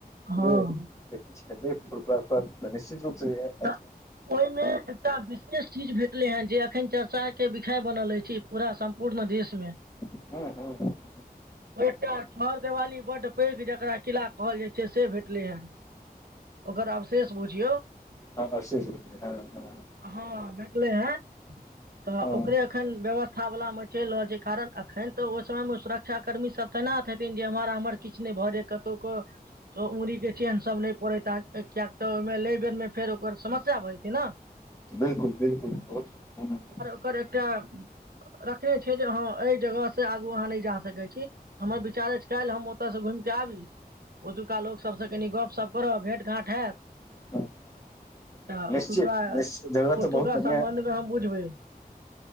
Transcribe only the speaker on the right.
हँ
हऽ <inaudible> ओई में एकटा विशेष चीज भेटलै हँ जे एखन चर्चा केँ विषय बनल ऐछ पूरा सम्पूर्ण देश में
ओ एकटा छहरदेवाली बड्ड पैघ जकरा किला कहल जाइ छै से भेटलै है ओकर अवशेष बुझियौ
ह भेटलै है तऽ
ओकरे एखन व्यवस्था वला में चल रहल छै कारण अखन तऽ ओइ समय में सुर क्षा कर्मी सभ तेनात हेथिन जे एम्हर आम्हर किछ नै भऽ जाय कतौ कऽ ओ उंगुरी केँ चेहन सब नै पड़े ता कऽकियक तऽ ओइ में ले बेर में ओकर समस्या भऽ जेतै न
ओ एकटा <inaudible> रखने छै जे हऽ ए जगह से आगू अहाँ नै जा सकै छी हमर विचार ऐछ काइल हम ओत से घुम कऽ आबी ओतुका लोक सब स कनि गपशप करब भेंट घांट हैत
तऽ
ओतुका
ओतुका
सम्बन्धमे हम बूछबै